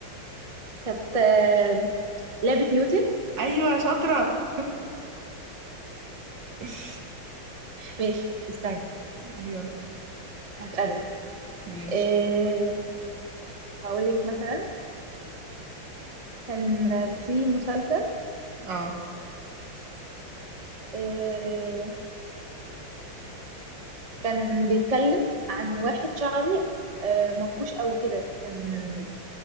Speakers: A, on the right; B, on the right.
A: كانت آه، لعبة نيوتن
B: <laughs> ايوه شاطرة <laughs>
A: ماشي استني
B: يلا
A: هسألك
B: ماشي
A: إيه هقول لك مثلا كان في مسلسل
B: اه
A: إيه كان بيتكلم عن واحد شعره آه، منكوش قوي كده كان